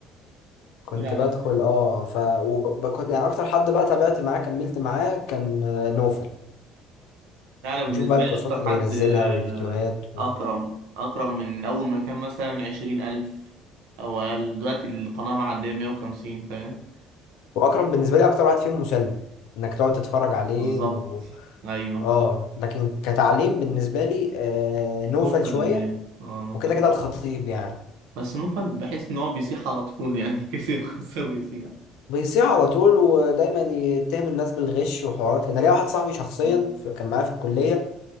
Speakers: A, on the left; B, on the right.
A: كنت
B: لا
A: بدخل
B: لا
A: اه ف وكنت يعني اكتر حد بقى تابعت معاه كملت معاه كان آه، نوفل
B: لا أنا بالنسبة
A: بشوف بقى الكورسات
B: لي أكتر
A: اللي
B: حد
A: بينزلها
B: آه،
A: والفيديوهات و...
B: أكرم أكرم من أول ما كان مثلا عشرين ألف أو أقل دلوقتي القناة معدية مية وخمسين فاهم
A: واكرم بالنسبه لي اكتر واحد فيهم مسلي انك تقعد تتفرج عليه
B: بالظبط
A: و...
B: أيوه
A: اه لكن كتعليم بالنسبه لي آه نوفل
B: نوفل
A: شويه
B: الجامد اه نوفل
A: وكده كده الخطيب يعني
B: بس نوفل بحس إن هو بيسيح على طول يعني <laughs> كسب خسر بيسيح
A: بيصيح على طول ودايما يتهم الناس بالغش وحوارات كده ليا واحد صاحبي شخصيا
B: مم.
A: ف- كان معايا في الكليه